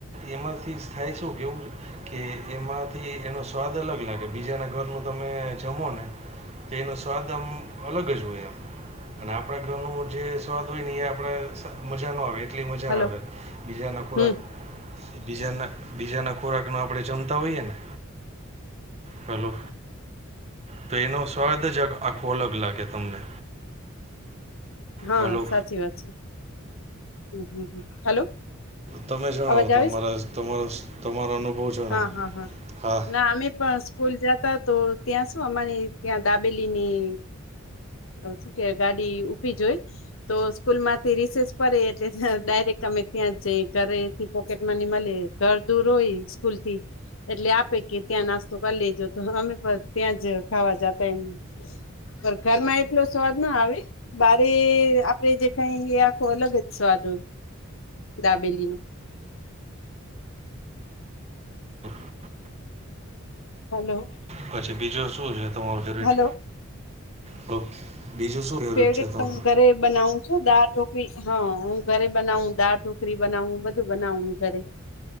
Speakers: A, on the right (about 30°); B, on the left (about 70°).
A: એમાંથી થાય શું કે એવું કે એમાંથી એનો સ્વાદ અલગ લાગે બીજાના ઘરનું તમે જમો ને તેનું સ્વાદંમ અલગ જ હોય એમ અને આપણા ઘરનું જે સ્વાદ હોય ને એ આપણે મજાનો આવે આટલી મજા
B: હલો
A: આવે બીજાના ખોરાક
B: હમ
A: બીજાના બીજાના ખોરાકનો આપણે જમતા હોઈએ ને હેલો તો એનો સ્વાદ જ આખો અલગ લાગે કે તમને
B: હા
A: હલો
B: સાચી વાત છે, હમ હ હલો
A: તમે જણાવો
B: અવાજ
A: તમારા
B: આવે છે
A: તમારો તમારો અનુભવ જણાવો
B: હા હા હા
A: હા
B: ના અમે પણ સ્કૂલ જતા તો ત્યાં શું અમારી ત્યાં દાબેલી ની અ શું કે ગાડી ઉીભી જ જોઈ તો સ્કૂલ માંથી રિસેસ ફરેે એટલે ડાયરેક્ટ અમે ત્યાં જ જઈ ઘરેથી પોકેટ મની મલે ઘર દૂર હોય સ્કૂલ થી એટલે આપે કે ત્યાં નાસ્તો કરી લેજો તો અમે પણ ત્યાં જ ખાવા જતા એમ પર ઘરમાં એટલો સ્વાદ ના આવે બારે આપડે જે કઈ આખો અલગ જ સ્વાદ હો, દાબેલી નું
A: <unintelligible>
B: હલો
A: પછી બીજું શું છે, તમારું ફેવરેટ
B: હલો
A: તો બીજું શું ફેવરિટ
B: ફેવરેટ
A: છે તમારું
B: તો હું ઘરે બનાવું છું દાળ ઢોકળી હા, હું ઘરે બનાવ દાળ ઢોકી પુરી, બનાવું બધું બનાવવું ઘરે,